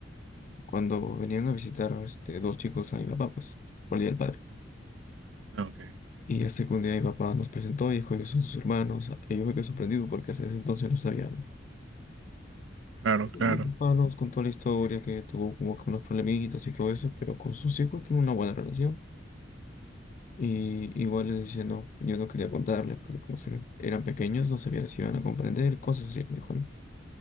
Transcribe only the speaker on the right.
Ah, Ok,
claro, claro,